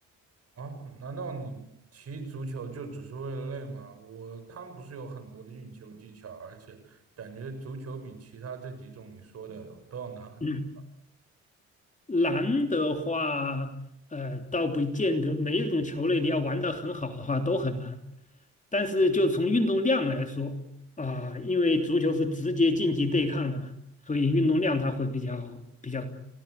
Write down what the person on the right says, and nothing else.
啊，难道你踢足球就只是为了累吗？我，他们不是有很多的运球技巧，而且感觉足球比其他这几种你说的都要难很多。